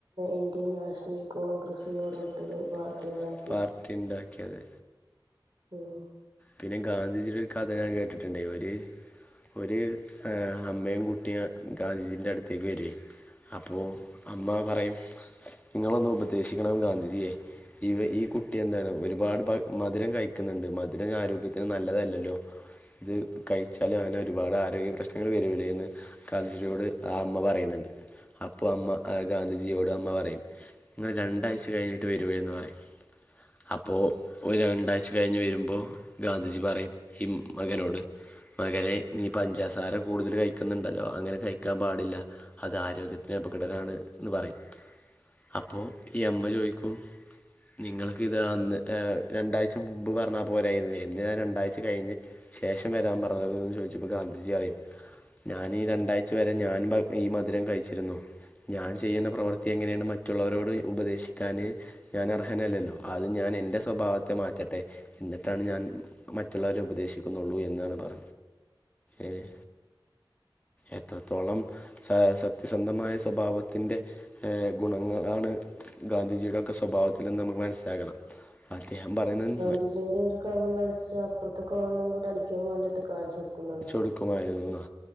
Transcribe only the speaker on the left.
Congress പറ്ഞ്ഞൊരു
പാർട്ടിണ്ടാക്കിയത്
പിന്നെ ഗാന്ധിജിയുടൊരു കഥ ഞാൻ കേട്ടിട്ടുണ്ടേ ഒര് ഒരു ഏഹ് അമ്മയും കുട്ടിയും ഗാന്ധിജീന്റട്ത്തേക്ക് വെരേനി അപ്പോ അമ്മ പറയും ഇങ്ങളൊന്ന് ഉപദേശിക്കണം ഗാന്ധിജിയെ ഈ ഈ കുട്ടി എന്താണ് ഒരുപാട് പ മധുരം കഴിക്കുന്നുണ്ട് മ ദുരം ആരോഗ്യത്തിന് നല്ലതല്ലല്ലോ ഇത് കഴിച്ചാലങ്ങനെ ഒരുപാട് ആരോഗ്യ പ്രശ്നങ്ങള് വരൂലേന്ന് കാന്ധിജിയോട് ആ അമ്മ പറീന്ന്ണ്ട് അപ്പൊ അമ്മ ഗാന്ധിജിയോട് അമ്മ പറയും നിങ്ങൾ രണ്ടാഴ്ച കഴിഞ്ഞിട്ട് വരൂയന്ന് പറയും അപ്പോ ഒരു രണ്ടാഴ്ച കഴിഞ്ഞ് വരുമ്പോ ഗാന്ധിജി പറയും ഹി മകനോട് മകനെ നീ പഞ്ചാസാര കൂടുതല് കഴിക്ക്ന്ന്ണ്ടല്ലോ അങ്ങനെ കഴിക്കാം പാടില്ല അത് ആരോഗ്യത്തിന് അപകടനാണ് എന്ന് പറയും അപ്പോ ഈ അമ്മ ചോയ്ക്കും നിങ്ങൾക്ക് ഇത് അന്ന് ഏ രണ്ടാഴ്ച മുമ്പ് പറഞ്ഞ പോരായി എന്തിനഞാൻ രണ്ടാഴ്ച കഴിഞ്ഞഞ് ശേഷം വരാൻ പറഞ്ഞത് എന്ന് ചോദിച്ചപ്പോൾ ഗാന്ധിജിയറിം ഞാനീ രണ്ടാഴ്ച വരെ ഞാൻപ ഈ മധുരം കഴിച്ചിരുന്നു ഞാൻ ചെയ്യ്ന്ന പ്രവൃത്തി എങ്ങനെയാണ് മറ്റുള്ളവരോട് ഉപദേശിക്കാന് ഞാനർഹനല്ലല്ലോ ആദ്യം ഞാനെന്റെ സ്വഭാവത്തെ മാറ്റട്ടെ എന്നിട്ടാണ് ഞാൻ മറ്റുള്ളവരെ ഉപദേശിക്കുന്നുള്ളൂ എന്നാണ് പറ ഏഹ് എത്രത്തോളം സ സത്യസന്ധമായ സ്വഭാവത്തിൻറ്റെ ഗുണങ്ങളണ് ഗാന്ധിജിയുടെൊക്കെ സ്വഭാവത്തിന്ന് നമുക്ക് മനസ്സിലാക്കണം അഅദ്ദേഹം പറയുന്നത്
ക്കുമായിരുന്നു ന്നാ